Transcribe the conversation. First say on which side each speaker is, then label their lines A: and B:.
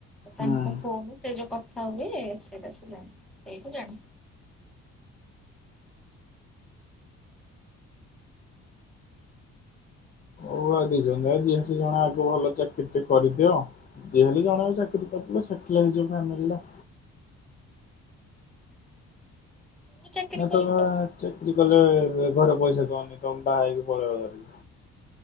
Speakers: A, in the centre; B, on the left.
A: ତାଙ୍କ
B: ହୁଁ
A: ଫୋନ ସେ ଯୋଉ କଥା ହୁଏ ସେଇଟା ସେ ଜାଣି ସେଇଠୁ ଜାଣି
B: ହୁଅ ଦିଜଣ ଯାକ ଆଗ ଭଲ ଚାକିରି ଟେ କରିଦିଅ। ଯିଏହେଲେ ଜଣେ ଚାକିରି କରିଦେଲେ ସେଟେଲ୍ ହେଇଯିବ ଫ୍ୟାମିଲି ଟା।
A: ମୁଁ ଚାକିରି
B: ନା ତମେ
A: କଲି ତ
B: ଚାକିରି କଲେ ଘରେ ପଇସା ଦବନି ତମ ବାହା ହେଇକି ପଳେଇବ ଧରିକି।